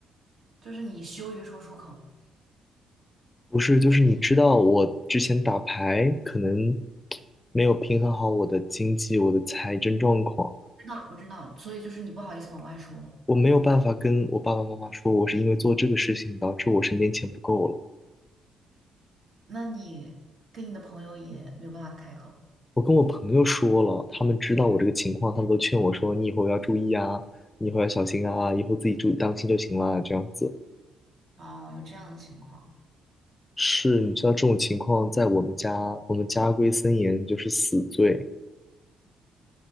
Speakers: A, on the right; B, on the left.
A: 就是你羞于说出口。
B: 不是，就是你知道我之前打牌可能没有平衡好我的经济，我的财政状况。
A: 知道，我知道，所以就是你不好意思往外说，
B: 我没有办法跟我爸爸妈妈说，我是因为做这个事情导致我身边钱不够了。
A: 那你跟你的朋友也没有办法开口。
B: 我跟我朋友说了，他们知道我这个情况，他们都劝我说：“你以后要注意啊，你以后要小心啊，以后自己注意当心就行了。”这样子
A: 哦，有这样的情况，
B: 是，你知道这种情况在我们家，我们家规森严，就是死罪。